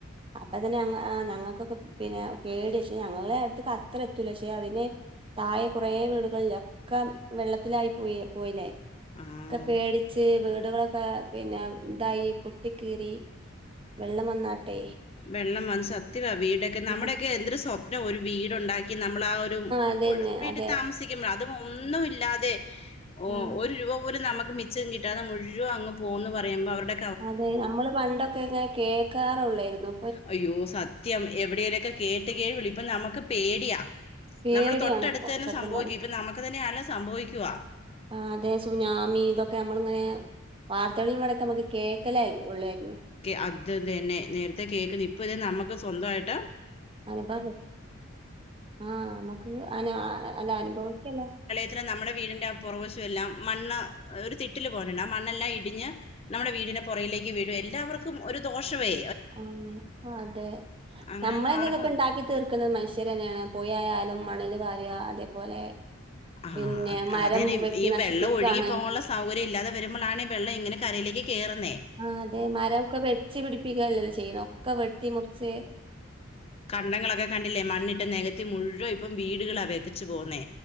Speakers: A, on the right; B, on the left.
A: അപ്പ തന്നെ ഞങ്ങ ഞങ്ങക്കൊക്ക പിന്നെ പേടിയ ക്ഷേ ഞങ്ങളുടെ അടുത്ത്ക്ക് അത്ര എത്തൂല പക്ഷെ അതിന് താഴെ കൊറേ വീടുകളിലെ ഒക്ക വെള്ളത്തിലായി പോയി പോയില്ലേ
B: ആ
A: ഒക്കെ പേടി ച്ചേ വീടുകളൊക്ക പിന്ന ഇതായി പൊട്ടി കീറി വെള്ളം വന്നാട്ടെ
B: വെള്ളം വന്ന് സത്യമാ വീടൊക്കെ നമ്മുടെക്കെ
A: ആഹ്
B: എന്തൊരു സ്വപ്നം ഒരു വീട് ഒണ്ടാക്കി ക്കി നമ്മളാ ആഹ് ഒരു
A: അതന്നെ
B: വീട്ടി
A: അതെ
B: താമസിക്കുമ്പ അതും ഒന്നുല്ലാതെ ഓഹ്
A: ആഹ്
B: ഒരു രൂപ പോലും നമ്മക്ക് മിച്ചം കിട്ടാത മുഴുവൻ അങ്ങ് പോവുന്ന് പറയുമ്പ അവര്ടെ
A: അതെ നമ്മള് പണ്ടൊക്കെ ഇങ്ങനെ കേക്കാറൊള്ളെരുന്നു
B: അയ്യോ സത്യം എവിടേലൊക്കെ കേട്ട് കേൾവി ഇപ്പം നമ്മക്ക് പേടിയാ
A: പേടിയാണ്
B: നമ്മട തൊട്ടട്ത്ത്
A: ഇപ്പോ
B: തന്നെ
A: സത്യം
B: സംഭവിക്കും ഇപ്പം നമ്മക്ക് തന്നെയാണ് സംഭവിക്കുവാ
A: ആഹ് അതെ സുനാമി ഇതൊക്കെ നമ്മള് ഇങ്ങനെ വാർത്തകളിൽ ഇടോക്ക നമ്മക്ക് കേ ക്കലേൽ ഉള്ളാവാര്ന്ന്
B: കെ അത് തന്നെ നേര്ത്തെ കേക്ക്ണ് ഇപ്പ ഇത് നമ്മക്ക് സ്വന്തായിട്ട്
A: അനുഭവ ആഹ് നമക്ക് അന അല്ല അനുഭവിക്കല്ല
B: പിന്ന നമ്മട വീടിന്റ പൊറവശം എല്ലാം മണ്ണ് ഒര് തിട്ടില് പോണണ്ട് ആഹ് മണ്ണെല്ലാം ഇടിഞ്ഞ് നമ്മട വീടിന്റ പൊറകിലേക്ക് വീഴും എല്ലാവർക്കും ഒരു ദോഷവേ
A: ആഹ് അതെ
B: അങ്ങനെയൊന്നും
A: നമ്മള് തന്നെ
B: ആർക്കും
A: ഇതൊക്കെ ഇണ്ടാക്കി തീർക്ക്ന്നത് മനുഷ്യര് തന്നെയാണ് പൊഴായാലും മണൽ വാര്ക അതേപോലെ
B: ആഹ്
A: പിന്നെ മരം
B: അതെന്നെ
A: വെട്ടി
B: ഈ
A: നശിപ്പിക്കുകയാണ്
B: വെള്ളം ഒഴുകിപ്പോവാള്ള സ് സൗകര്യം ഇല്ലാതെ വരുമ്പളാണ് വെള്ളം ഇങ്ങനെ കരയിലേക്ക് കേറുന്നേ
A: ആഹ് അതെ മരോക്ക വെച്ച് പിടിപ്പിക്കല്ലല്ലൊ ചെയ്യ്ന്നെ ഒക്ക വെട്ടി മുറിച്ച്
B: കണ്ടങ്ങളൊക്ക കണ്ടില്ലേ മണ്ണിട്ട് നെകത്തി മുഴുവൻ ഇപ്പം വീടുകളാ വെക്കച്ചു പോവുന്നെ